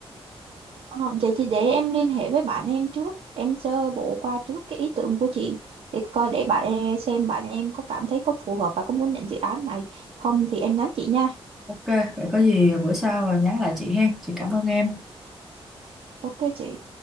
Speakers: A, on the right; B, in the centre.
A: Ờ, vậy thì để em liên hệ với bạn em trước em sơ bộ qua trước cái ý tưởng của chị để coi để bạn em xem bạn em có cảm thấy có phù hợp và có muốn nhận dự án này không thì em nhắn chị nha
B: Ok, vậy có gì bữa sau nhắn lại chị hen. Chị cảm ơn em.
A: ok chị